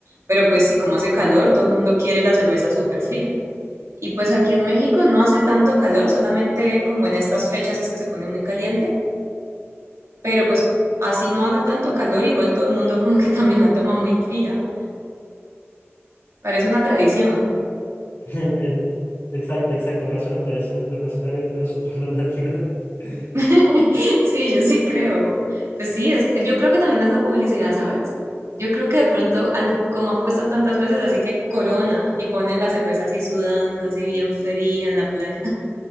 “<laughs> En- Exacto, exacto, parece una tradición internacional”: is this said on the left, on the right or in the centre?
Left